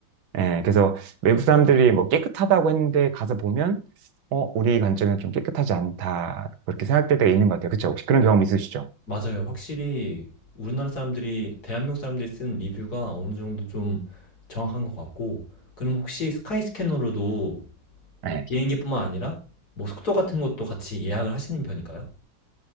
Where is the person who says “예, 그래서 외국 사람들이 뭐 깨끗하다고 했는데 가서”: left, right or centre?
Right